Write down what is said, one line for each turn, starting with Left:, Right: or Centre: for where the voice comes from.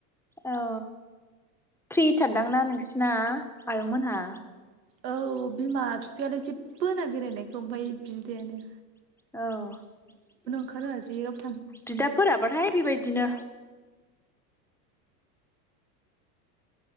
Centre: औ फ्रिथारदांना नोंसिना आयंमोनहा
Right: औ बिमा बिफायालाय जेबो होनना बेरायनायखौ ओमफफ्राय बिदायानो
Centre: औ
Right: <unintelligible>
Centre: बिदाफोराबाथाय बेबायदिनो